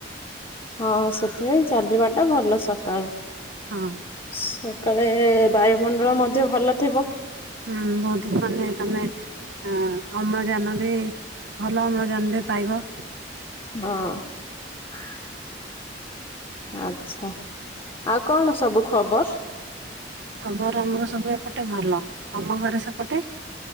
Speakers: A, on the left; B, on the right.
A: ହଁ ସେଥିପାଇଁ ଚାଲିବାଟା ଭଲ ସକାଳେ।
B: ହଁ।
A: ସକାଳେ ଏ ବାୟୁମଣ୍ଡଳ ମଧ୍ୟ ଭଲ ଥିବ।
B: ହୁଁ ବୋହୁତ ମାନେ ତମେ ହଁ ଅମ୍ଳଜାନ ବି ଭଲ ଅମ୍ଳଜାନ ବି ପାଇବ।
A: ହଁ। ଆଚ୍ଛା, ଆଉ କଣ ସବୁ ଖବର୍?
B: ଖବର ଆମର ସବୁ ଏପଟେ ଭଲ, ତମ ଘରେ ସେପଟେ?